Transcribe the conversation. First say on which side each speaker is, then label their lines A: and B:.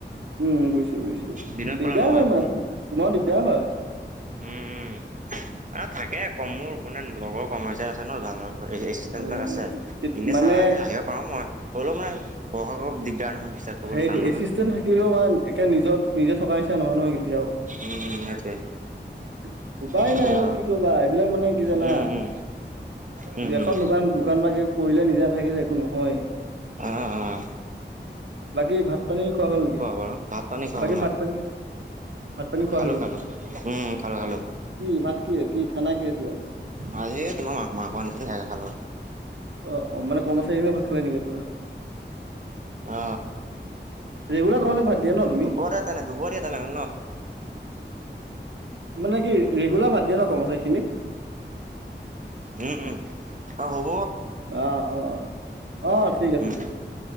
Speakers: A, on the right; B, on the right.
A: উম, বুইছো, বুজিছো।
B: দিনত
A: দিগদাৰ
B: খোলা নহয়
A: হয়
B: তোমাৰ
A: মানে তোমাৰ দিগদাৰ হয়।
B: উম, উম। অ থাকে কমোৰ কোনে লগৰ সমস্যা আছে ন <unintelligible> এই এচিচণ্টেবিলাক
A: উম,
B: আছে। সিহঁতে
A: মানে
B: চাই আহিব পাৰোঁ ম। ই হ'লেও মানে <unintelligible> দিগদাৰ নহয়। বিশ্বাস কৰিবলৈ
A: সেইটো
B: টান নহয়
A: এচিষ্টেণ্ট থাকিলেও ইমান একে নিজত নিজে থকা নিচিনা নহয় নহয়। কেতিয়াও।
B: উম সেইটোৱে।
A: <unintelligible> উপায়
B: সেইটোৱে
A: নাই
B: বাৰু
A: অ কি কবা এইবিলাক মানে কি জানা
B: উম উম উম
A: এখন
B: উম
A: দোকান দোকান বাকে কৰিলে নিজে নাথাকিল একো নহয়
B: অ অ।
A: বাকী ভাত পানী খোৱা হ'ল নেকি
B: বাৰু ভাত পানী খোৱা
A: বাকী
B: হ'ল
A: ভাত
B: আৰু
A: পানী। ভাত পানী খোৱা
B: খালোঁ
A: হৈ গল
B: খালোঁ উম খালোঁ
A: আতছা
B: খালোঁ
A: কি ভাত কি কি খানা কি আছে।
B: আজ তোমাৰ ম মাংস আনিছিলে হে খালো।
A: অ অ মানে কমাচাৰ কিনে ভাল খালে নেকি আপোনাৰ তাত।
B: অ।
A: ৰেগোলাৰ কৰ্মচাৰীক ভাত। দিয়া ন তুমি?
B: হব দে তেনে ধুব দিয়ে তেনে ন।
A: মানে কি ৰেগুলাৰ ভাত দিয়ে ন কৰ্মচাৰীখিনিক।
B: উম উম অ হও।
A: অ অ আহ ঠিক আছে
B: উম
A: দিয়ক।